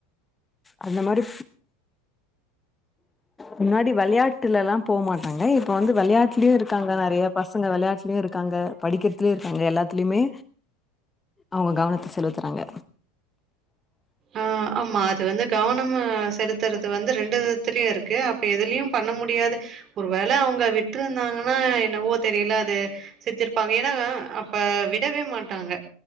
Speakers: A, on the left; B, on the right.
A: அந்த மாரி முன்னாடி வெளையாட்டுலலா போமாட்டாங்க இப்ப வந்து வெளையாட்லியு இருக்காங்க நெறைய பசங்க வெளையாட்லியு இருக்காங்க படிக்கற்த்லியு இருக்காங்க எல்லாத்துலயுமே அவுங்க கவனத்த செலுத்துறாங்க
B: ஆ ஆமா அது வந்து கவனமா செலுத்துறது வந்து ரெண்டு விதத்துலியு இருக்கு அப் ப எதுலியும் பண்ண முடியாது ஒரு வேல அவுங்க விட்ருந்தாங்கனா என்னவோ தெரில அது செஞ்சிருப்பாங்க ஏனா அப்ப விடவே மாட்டாங்க